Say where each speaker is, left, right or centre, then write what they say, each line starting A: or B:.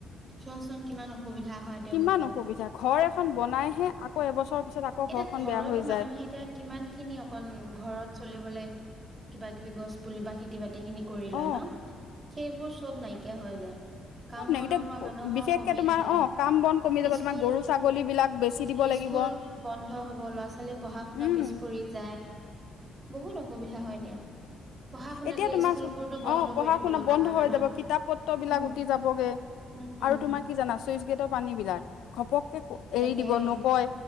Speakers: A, on the right; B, on the left.
A: চোৱাচোন কিমান অসুবিধা। হয় তেওঁলোকৰ।
B: কিমান অসুবিধা ঘৰ এখন বনাইহে আকৌ এবছৰৰ পিছত আকৌ
A: এতিয়া
B: ঘৰখন
A: ঘৰতো
B: বেয়া হৈ
A: মানুহে
B: যায়
A: এতিয়া কিমান খিনি অকন ঘৰত চলিবলে কিবা কিবি গছ পুলি বা খ খেতি বাতি খিনি কৰি
B: অ
A: লয় ন, সেইবোৰ চব নাইকিয়া হৈ যায়। কাম
B: চব নে
A: বনৰ
B: এতিয়া
A: পৰা মানুহৰ
B: বিশেষকে
A: কমি
B: তোমাৰ
A: যায়,
B: অ কাম বন কমি যাব
A: স্কুল
B: তোমাৰ গৰু ছাগলী বিলাক বেচি
A: চচ
B: দিব লাগিব
A: স্কুলবোৰ বন্ধ হ'ব ল'ৰা ছোৱালী পঢ়া শুনা
B: উম
A: পিছ পৰি যায় বহুত অসুবিধা হয় দিয়া পঢ়া শুনাতে
B: এতিয়া তোমাৰ
A: স্কুলবোৰতো বন্ধ
B: অ পঢ়া
A: কৰি দিব
B: শুনা
A: লগা
B: বন্ধ
A: হয়,
B: হৈ
A: মানুহৰ
B: যাব কিতাপ পত্ৰ বিলাক
A: উম
B: উটি যাবগে
A: উম, উম
B: আৰু তোমাৰ কি জানা, চুইচ গেটৰ পানী বিলাক ঘপক কে
A: তাকে
B: এৰি দিব
A: অ
B: নকয়,